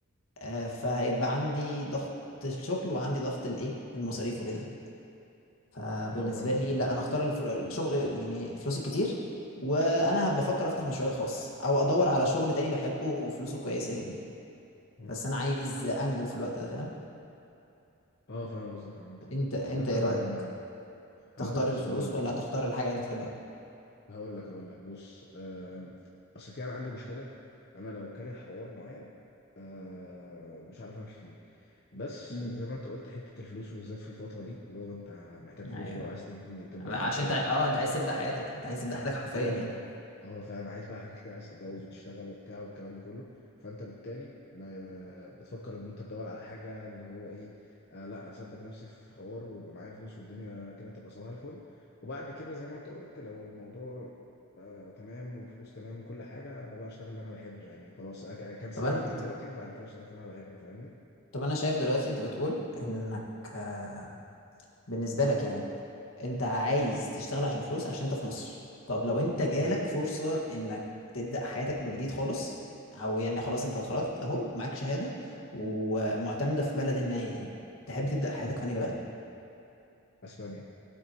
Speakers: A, on the left; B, on the left.
A: آه، فهيبقى عندي ضغط الشغل وعندي ضغط الايه المصاريف وكده فبالنسبه
B: اه فاهم
A: لي
B: قصدك
A: لا انا اختار الف- الشغل يعني الفلوس الكتير وانا هبقى افكر افتح مشروعي الخاص او ادور على شغل تاني بحبه وفلوسه كويسه يعني
B: مم.
A: بس انا عايز انجو في الوقت ده فاهم
B: اه فاهم قصدك عامه
A: انت انت ايه
B: عامه
A: رايك تختار
B: عامه بص
A: الفلوس
B: هقول لك
A: ولا هتختار الحاجه اللي انت بتحبها
B: هقول لك هقول لك بص آه، اصل في انا عندي مشكله انا لو كاره حوار معين آه، مش عارف امشي فيه بس
A: امم
B: زي ما انت قلت حته الفلوس وبالذات في الفتره دي اللي هو انت محتاج فلوس
A: ايوه
B: بقى وعايز تبني تبدا
A: عشان
B: نفسك
A: انت اه انت عايز تبدا حياتك انت عايز تبدا حياتك حرفيا
B: اه
A: يعني
B: اه فاهم عايز بقى حاجة كتير، عايز تتجوز وتشتغل وبتاع والكلام ده كله فانت بالتالي ما بتفكر ان انت تدور على حاجه اللي هو ايه آه لا اثبت نفسي في حوار ويبقى معايا فلوس والدنيا كده تبقى صباح الفل وبعد كده زي ما انت قلت لو الموضوع آه تمام والفلوس تمام وكل حاجه ببقى اشتغل اللي انا بحبه يعني خلاص أك- اكنسل
A: طب انا
B: قلبي دلوقتي وبعد كده اشتغل في اللي انا بحبه فاهمني
A: طب انا شايف دلوقتي انت بتقول انك آه، بالنسبه لك يعني انت
B: مم.
A: عايز تشتغل عشان فلوس عشان انت في مصر طب لو انت جالك
B: مم.
A: فرصة انك تبدأ حياتك من جديد خالص او يعني خلاص انت اتخرجت اهو ومعاك شهادة ومعتمدة في بلد ما يعني تحب تبدأ حياتك
B: مم.
A: في انهي بلد
B: اسبانيا